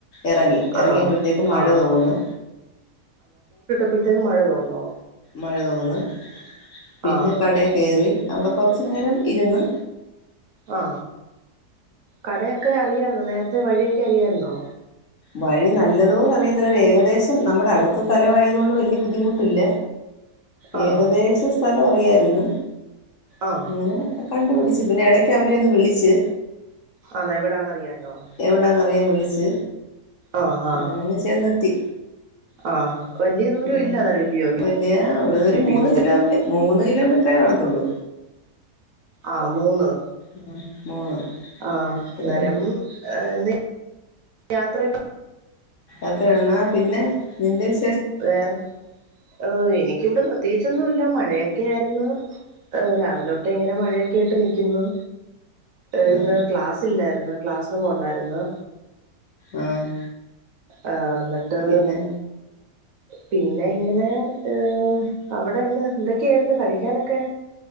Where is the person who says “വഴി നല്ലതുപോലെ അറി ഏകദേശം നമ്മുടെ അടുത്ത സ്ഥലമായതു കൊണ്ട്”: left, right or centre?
Left